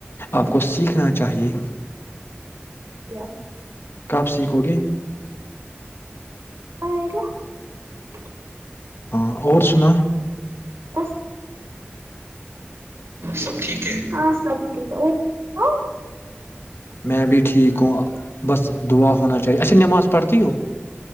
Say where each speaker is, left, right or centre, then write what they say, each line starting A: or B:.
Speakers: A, on the left; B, on the right.
A: آپ کو سیکھنا چاہیے
B: ؤ <unintelligible>
A: کاپ سیکھو گی
B: آئے گا <unintelligible>
A: ہاں اور سنا
B: بس ٹھیک سب ٹھیک ہے ہاں سب ٹھیک ہے اور تس سناؤ
A: میں بھی ٹھیک ہوں بس دعا ہونا چاہیے ایسے نماز پڑھتی ہو